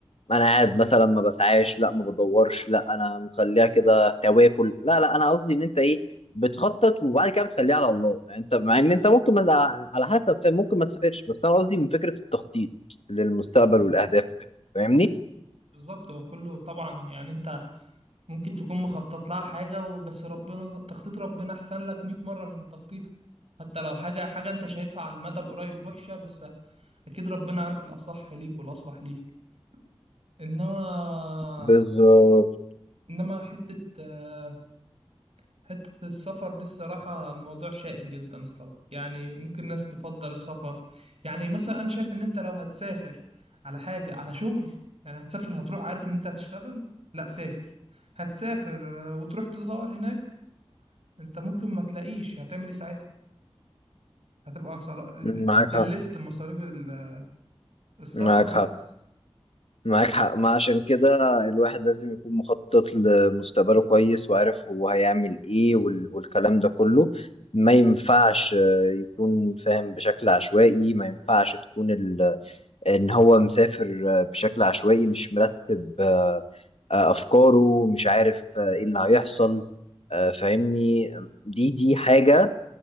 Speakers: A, on the left; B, on the right.
A: أنا قاعد مثلا ما بسعاش لا ما بدورش لا أنا مخليها كده تواكل لا لا أنا قصدي إن أنت إيه بتخطط وبعد كده بتخليها على الله يعني أنت مع إن أنت ممكن ما على حسب ممكن ما تسافرش بس أنا قصدي من فكرة التخطيط للمستقبل
B: أيوة،
A: والأهداف وكده فاهمني؟
B: بالظبط هو كله طبعا يعني انت ممكن تكون مخطط لها حاجة وبس ربنا تخطيط ربنا أحسن لك 100 مرة من تخطيطك حتى لو حاجة حاجة أنت شايفها على المدى القريب وحشة بس أكيد ربنا عارف الأصح ليك والأصلح ليك إنما
A: بالظبط
B: إنما حتة آه، حتة السفر دي الصراحة الموضوع شائك جدا الصراحة يعني ممكن ناس تفضل السفر يعني مثلا أنا شايف إن أنت لو هتسافر على حاجة على شغل يعني هتسافر هتروح عارف إن أنت هتشتغل لا سافر هتسافر آه، وتروح تدور هناك انت ممكن ما تلاقيش هتعمل ايه ساعتها هتبقى صر...
A: معاك
B: اتكلفت
A: حق
B: مصاريف ال- السفر
A: معاك
B: بس
A: حق معاك حق ما عشان كده الواحد لازم يكون مخطط لمستقبله كويس وعارف هو هيعمل ايه وال- والكلام ده كله ما ينفعش آه، يكون فاهم بشكل عشوائي ما ينفعش تكون ال... ان هو مسافر آه، بشكل عشوائي مش مرتب آه، آه، افكاره مش عارف آه، ايه اللي هيحصل آه، فاهمني دي دي حاجة